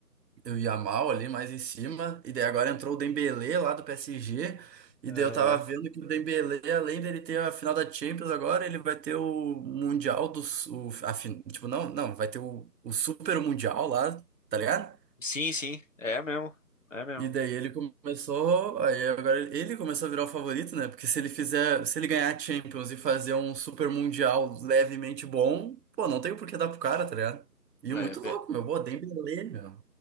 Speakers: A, on the right; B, on the left.
A: e o Yamal ali mais em cima, e daí agora entrou o Dembélé lá do PSG, e
B: É,
A: daí eu tava
B: é.
A: vendo que o Dembélé, além dele ter a final da Champions agora, ele vai ter o Mundial do... Su- O, a, fin- tipo, não, não, vai ter o, o Super Mundial lá, tá ligado?
B: Sim, sim, é mesmo. É mesmo.
A: E daí ele começou, aí agora ele começou a virar o favorito, né? Porque se ele fizer, se ele ganhar a Champions e fazer um Super Mundial levemente bom, pô, não tem por que dar pro cara, tá ligado? E
B: É,
A: muito louco, meu, pô, Dembélé, meu,